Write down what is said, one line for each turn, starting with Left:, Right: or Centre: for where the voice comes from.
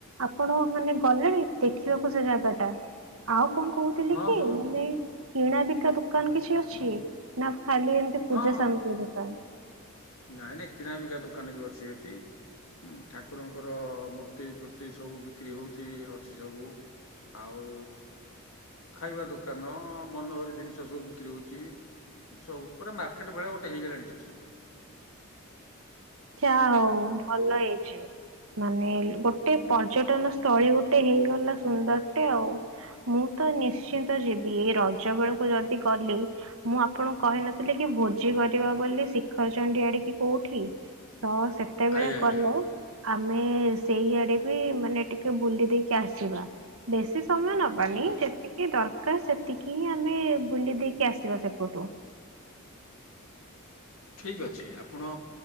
Right: ଆପଣ ମାନେ ଗଲେଣି ଦେଖିବାକୁ ସେ ଜାଗା ଟା ଆଉ କଣ କହୁଥିଲି
Left: ହଁ
Right: କି
Left: ହଁ
Right: ମାନେ କିଣା ବିକା ଦୋକାନ କଣ କିଛି ଅଛି ନା ଖାଲି ଏମିତି
Left: ହଁ।
Right: ପୂଜା ସାମଗ୍ରୀ ଦୋକାନ।
Left: ନାଇଁ ନାଇଁ କିଣାବିକା ଦୋକାନ ବି ଅଛି ସେଠି ଠାକୁରଙ୍କର ମୂର୍ତ୍ତି ଫୁର୍ତ୍ତି ସବୁ ବିକ୍ରି ହଉଛି ଅଛି ସବୁ ଆଉ ଖାଇବା ଦୋକାନ ମନୋହରି ଜିନିଷ ସବୁ ବିକ୍ରି ହଉଛି ସବୁ ପୁରା ମାର୍କେଟ ଭଳିଆ ଗୋଟେ ହେଇଗଲାଣି ସେଠି
Right: ଯାହା ହଉ ଭଲ ହେଇଛି ମାନେ ଗୋଟେ ପର୍ଯ୍ୟଟନ ସ୍ଥଳୀ ଗୋଟେ ହେଇଗଲା ସୁନ୍ଦରଟେ ଆଉ ମୁଁ ତ ନିଶ୍ଚିନ୍ତ ଯିବି ଏଇ ରଜ ବେଳକୁ ଯଦି ଗଲି ମୁଁ ଆପଣଙ୍କୁ କହିନଥିଲି କି ଭୋଜି କରିବା ବୋଲି ଶ ଖଚଛନ୍ତି ଆଡିକି କୋଉଠି। ହଁ ସେତେବେଳେ
Left: ଆଜ୍ଞା ଆଜ୍ଞା
Right: ଗଲେ ଆମେ ସେଇଆଡେ ବି ମାନେ ଟିକେ ବୁଲି ଦେଇକି ଆସିବା ବେଶୀ କି ସମୟ ନବାନି
Left: ଠିକ ଅଛି।
Right: ଯେତିକି ଦରକାର ସେତିକି ହିଁ ଆମେ ବୁଲି ଦେଇକି ଆସିବା ସେପଟୁ।
Left: ଠିକ୍ ଅଛି ଆପଣ